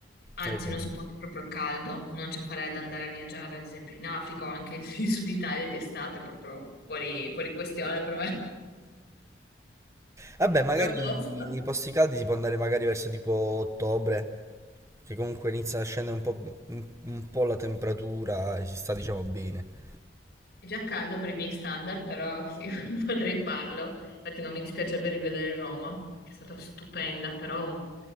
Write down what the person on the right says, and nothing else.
ho capito.
Vabbè, magari
nei posti caldi si può andare magari verso tipo ottobre, che comunque inizia a scendere un po', un, un po' la temperatura e si sta diciamo bene.